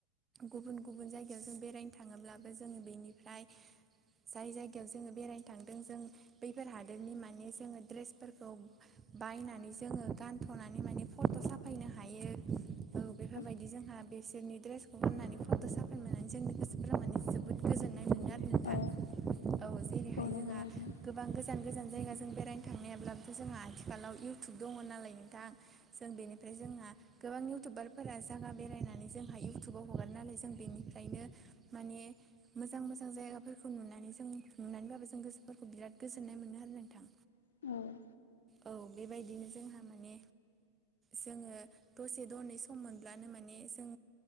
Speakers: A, on the right; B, on the left.
A: गुबुन गुबुन जायगायाव जों बेरायनो थाङोब्लाबो जों बेनिफ्राय जाय जायगायाव जोङो बेरायनो थांदों जों बैफोर हादोरनि माने जोङो द्रेसफोरखौ बायनानै जोङो गानथ'नानै माने फट' साफायनो हायो औ बेफोरबायद
B: औ
A: दि जोंहा बिसोरनि द्रेसखौ गाननानै फट' साफायनो मोननानै जोंनि गोसोफोरा माने जोबोद गोजोन नाय मोनोआरो
B: नंगौ
A: नोंथा
B: औ
A: औ जेरैहाय
B: औ नंगौ
A: जोंहा
B: नोंथां
A: गोबां गोस गोजान गोजान जायगाजों बेरायनो थांनायाब्लाबो जोंहा आथिखालाव इउ टुब दङ नालाय नोंथां जों बेनिफ्राय जोंहा गोबां इउटुबार फोरा जायगा बेरायनानै जोंहा इउटुबाव हगारो नालाय जों बेनिफ्रायनो माने मोजां मोजां जायगाफोरखौ नुनानै जों नुनानैब्लाबो जों गोसोफोरखौ बिराद गोजोननाय मोनो आरो नोंथां।
B: औ औ
A: औ बेबायदिनो जोंहा माने जोङो दसे दनै सम मोनब्लानो माने जों